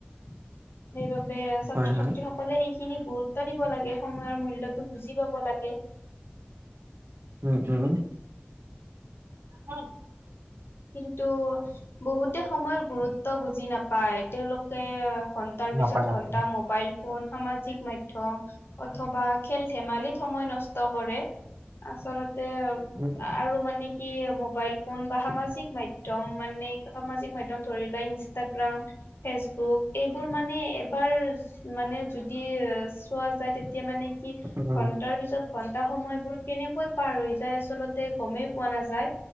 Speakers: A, on the left; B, on the right.
A: সেইবাবে, ছাত্ৰ
B: হয়, হয়,
A: ছাত্ৰী সকলে সেইখিনি গুৰুত্ব দিব লাগে, সময়ৰ মূল্য টো বুজি পাব লাগে।
B: উম! উম! <unintelligible>
A: কিন্তু বহুতে সময়ৰ গুৰুত্ব ত্ব বুজি নাপায় তেওঁলোকে ঘন্টাৰ
B: নাপায়
A: পিছত
B: নাপায়।
A: ঘন্টা মোবাইল ফোন সামাজিক মাধ্যম অথবা খেল ধেমালিত সময় নষ্ট কৰে আচলতে
B: উম,
A: আৰু মানে কি মোবাইল ফোন বা সামাজি জিক মাধ্যম মানে সামাজিক মাধ্যম ধৰি লোৱা ইনষ্টাগ্ৰাম ফেচবুক এইবোৰ মানে এবাৰ মানে যদি চোৱা যায় তেতিয়া মানে কি
B: উম,
A: ঘন্টাৰ পিছত ঘন্টা সময়বোৰ কেনেকৈ পাৰ হৈ যায় আচলতে গমেই পোৱা নাযায়